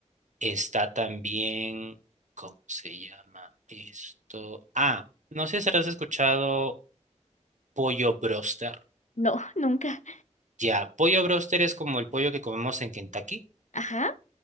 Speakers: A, on the right (about 85°); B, on the left (about 80°).
A: está también, ¿cómo se llama esto? Ah, no sé si habrás escuchado pollo broster.
B: No, <laughs> nunca.
A: Ya, pollo broster es como el pollo que comemos en Kentucky.
B: Ajá.